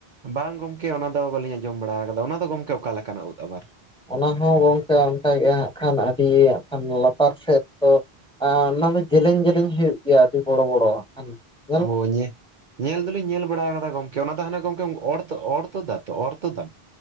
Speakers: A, on the right; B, in the centre.
A: ᱵᱟᱝ ᱜᱚᱢᱠᱮ ᱚᱱᱟ ᱫᱚ ᱵᱟᱹᱞᱤᱧ ᱟᱸᱡᱚᱢ ᱵᱟᱲᱟ ᱟᱠᱟᱫᱟ ᱚᱱᱟ ᱫᱚ ᱜᱚᱢᱠᱮ ᱚᱠᱟ ᱞᱮᱠᱟᱱᱟᱜ ᱳᱫᱽ ᱟᱵᱟᱨ?
B: ᱚᱱᱟ ᱦᱚᱸ ᱜᱚᱝᱠᱮ ᱚᱱᱠᱟᱜᱮ ᱦᱟᱸᱜ ᱠᱷᱟᱱ ᱟᱹᱰᱤ ᱦᱟᱸᱜ ᱠᱷᱟᱱ ᱞᱟᱛᱟᱨ ᱥᱮᱫ ᱫᱚ ᱚᱱᱟ ᱫᱚ ᱡᱮᱞᱮᱧ ᱡᱮᱞᱮᱧ ᱦᱩᱭᱩᱜ ᱜᱮᱭᱟ ᱟᱹᱰᱤ ᱵᱚᱲᱚ ᱵᱚᱲᱚ ᱦᱟᱜᱠᱷᱟᱱ᱾
A: ᱦᱳ ᱦᱳ ᱟᱧᱟ ᱧᱮᱞ ᱫᱚᱞᱤᱧ ᱧᱮᱞ ᱵᱟᱲᱟ ᱟᱠᱟᱫᱟ ᱜᱚᱝᱠᱮ ᱚᱱᱟ ᱫᱚ ᱦᱟᱱᱮ ᱜᱚᱝᱠᱮ ᱚᱨ ᱛᱚ ᱚᱨ ᱛᱚᱫᱟ ᱛᱚ ᱚᱨ ᱛᱚᱫᱟᱢ?